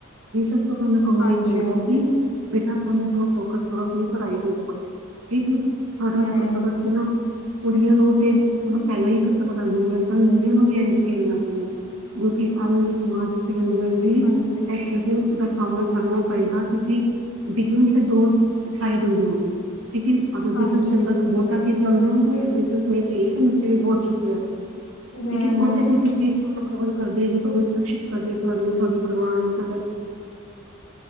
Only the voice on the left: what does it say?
ਹਾਂਜੀ
ਹਾਂਜੀ
ਹੂੰ
ਹਾਂਜੀ
ਹਾਂਜੀ
ਹੂੰ ਹੂੰ